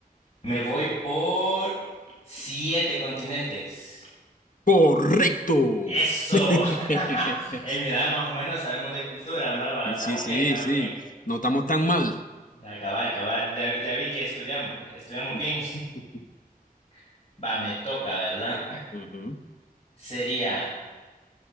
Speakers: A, on the left; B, on the left.
A: Me voy por siete continentes.
B: Correcto.
A: Eso.
B: <laughs>
A: <laughs> Hey, mira, más o menos sabemos de cultura, ¿o no? Va,
B: Sí,
A: Estamos
B: sí, sí,
A: bien, estamos
B: sí.
A: bien.
B: No estamos tan mal.
A: Acabar, acabar. Ya, ya vi que estudiamos, estudiamos
B: <laughs>
A: bien. <laughs> Va, me toca, ¿verdad?
B: Ujú.
A: Sería,